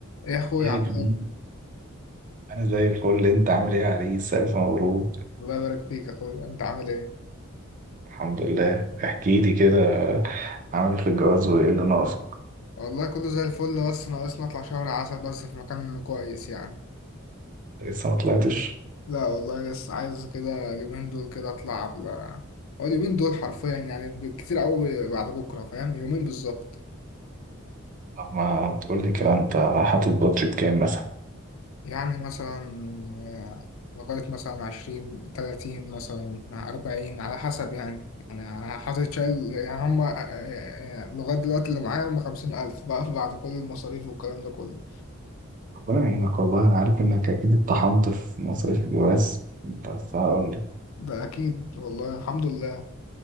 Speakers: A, on the left; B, on the right.
A: ايه يا اخويا
B: ايه
A: عامل
B: يا جميل انا زي الفل انت عامل ايه يا عريس الف مبروك
A: ايه الله يبارك فيك يا اخويا انت عامل ايه
B: الحمد لله احكي لي كده عامل ايه في الجواز وايه اللي ناقص
A: والله كله زي الفل بس ناقصنا اطلع شهر عسل بس في مكان كويس يعني
B: لسه ما طلعتش
A: لا والله لسه عايز كده اليومين دول كده اطلع قبل هو اليومين دول حرفيا يعني بالكتير قوي بعد بكره فاهم يومين بالظبط
B: طب ما تقول لي كده انت حاطط بادجت كام مثلا
A: يعني مثلا آه، لغايه مثلا عشرين تلاتين مثلا أربعين على حسب يعني أنا حاطط شايل يعني هما آه، آه، آه، لغاية دلوقتي اللي معايا هما خمسين ألف بقى <laughs> بعد كل المصاريف والكلام ده كله.
B: ربنا يعينك والله انا عارف انك اكيد اتطحنت في مصاريف الجواز بس هقول لك
A: ده أكيد والله الحمد لله